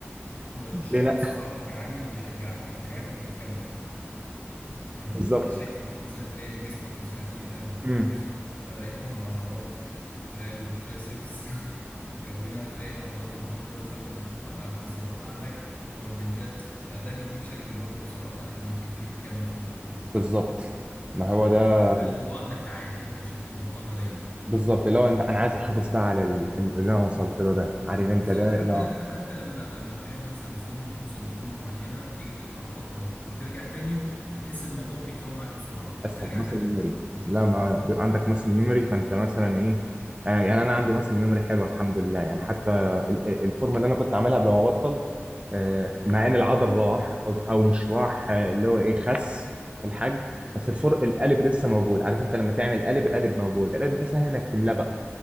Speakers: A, on the left; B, on the right.
A: هو الشكل
B: ليه لا
A: بصراحة كعامل بيشجعك بيشجعك انك تكمل يعني
B: بالظبط
A: مم. كشكل انك مثلا تلاقي ان جسمك مستفيد او
B: امم
A: جسمك مثلا بدأ يكون عضلات تلاقي الترايسبس <laughs> مكونة تلاقي العضلات البطن مثلا مع- متظبطة عندك او البنجات فده بيديك شكل برضه بصراحة يعني بيخليك تكمل في الموضوع
B: بالظبط ما هو ده
A: يعني بيخلي الموضوع عندك كعادة انت مش هتبطلها دايما
B: بالظبط اللي هو انت- انا عايز احافظ بقى على ال- ال- اللي انا وصلت له ده عارف انت
A: بالظبط
B: ده
A: حتى
B: لا
A: حتى انت لما لما بتعمل مثلا فورمة بتوصل لفورمة معينة وتيجي تقطع فترة وترجع تاني بتحس الموضوع بيكون معاك بسرعة
B: اسهل
A: بترجع
B: ماسل
A: تاني
B: ميموري
A: بسرعة
B: بس لا ما بيبقى عندك ماسل ميموري فانت مثلا ايه يعني يعني انا عندي ماسل ميموري حلوه الحمد لله يعني حتى ال- ال- الفورمه اللي انا كنت عاملها قبل ما ابطل آه، مع ان العضل راح او أو مش راح آه، اللي هو ايه خس في الحجم بس الفرق القالب لسه موجود عارف انت لما تعمل قالب القالب موجود القالب ده سهل انك تملاه بقى